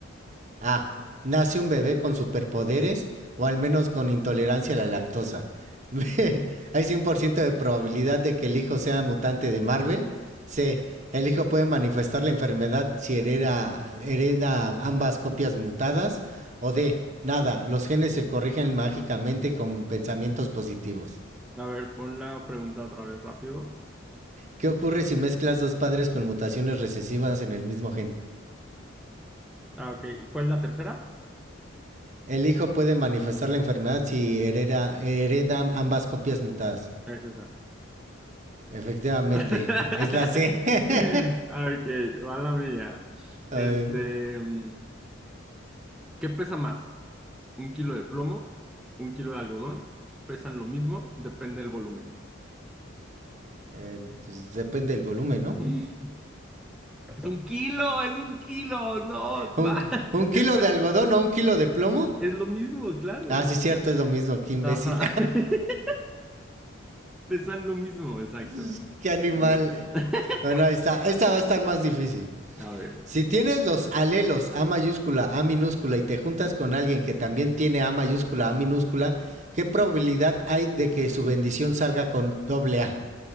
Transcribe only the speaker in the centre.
A ver, pon la pregunta otra vez rápido.
Ah, ok. ¿Y cuál es la tercera?
Es esa.
<laughs>
Ok, va la mía.
Este,
mm, ¿qué pesa más? ¿Un kilo de plomo? ¿Un kilo de algodón? ¿Pesan lo mismo? Depende del volumen.
<laughs> Es un kilo, es un kilo, no,
ma-
es,
pe-
es lo mismo, claro.
Ajá. <laughs> Pesan lo mismo, exacto.
Ya. <laughs>
A ver,